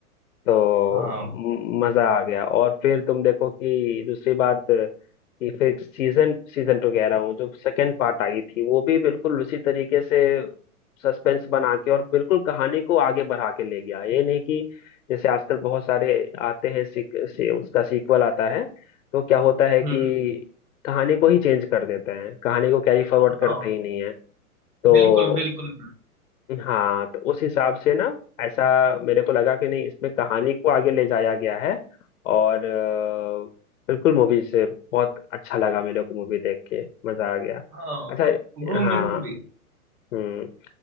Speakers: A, on the left (about 65°); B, on the right (about 80°).
A: तो
B: हाँ
A: म- मजा आ गया और फिर तुम देखो कि दूसरी बात कि फिर सीजन सीजन टू कह रहा हूँ जो सेकंड पार्ट आई थी वो भी बिल्कुल उसी तरीके से सस्पेंस बना के और बिल्कुल कहानी को आगे बढ़ा के ले गया ये नहीं कि जैसे आजकल बहुत सारे आते हैं सीक, से, उसका सीक्वल आता है तो क्या होता है
B: हम्म
A: कि कहानी को ही चेंज कर देते हैं कहानी को कैरी फॉरवर्ड करते
B: हाँ
A: ही नहीं है तो
B: बिल्कुल बिल्कुल
A: हाँ तो उस हिसाब से ना ऐसा मेरे को लगा कि नहीं इसमें कहानी को आगे ले जाया गया है और अ, बिल्कुल मूवी से बहुत अच्छा लगा मेरे को मूवी देख के मजा आ गया
B: हाँ
A: अच्छा
B: ब्रो
A: हाँ
B: मेरे को भी
A: हम्म